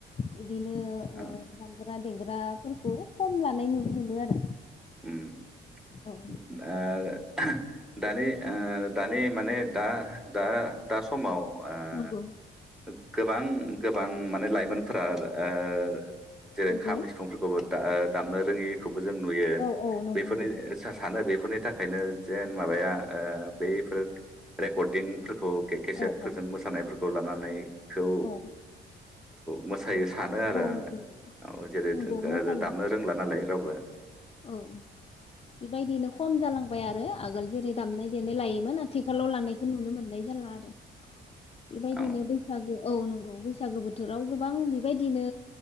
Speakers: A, on the left; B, in the centre.
A: बिदिनो
B: औ
A: जानगार द्र देग्राफोरखौ खम लानाय नुनो मोनो आरो।
B: उम
A: औ
B: आ <inaudible> दानि ओ दानि माने। दा दा दा समाव ओ
A: नगौ
B: गोबां गोबां माने लाइमोनफोरा ओ जेरै
A: नंगौ
B: खाम सिफुंफोरखौबो दामनो रोङि खौ जों नुयो
A: औ औ नंगौ
B: बेफोरनि
A: नंगौ
B: सानो बेफोरनि थाखायनो जेन माबाया बैफोर रेकर्डिं केसेट
A: औ
B: फोरजों
A: औ
B: मोसानायफोरखौ लानानै बेखौ
A: औ
B: मो फसायो सानो आरो
A: औ
B: आङो
A: नंगौ
B: औ जेरै
A: नंगौ मोसायो
B: दामनो रोंला नालाय। दावबा
A: औ बेबायदिनो खम जालांबाय आरो। आगोल जेरै दामनाय देनाय लायोमोन। आथि खाालाव लानायखौ नुनो मोननाय जाला आरो बेबायदिनो
B: औ
A: बैसागो औ नंगौ। बैसागो बोथोराव गोबां बेबायदिनो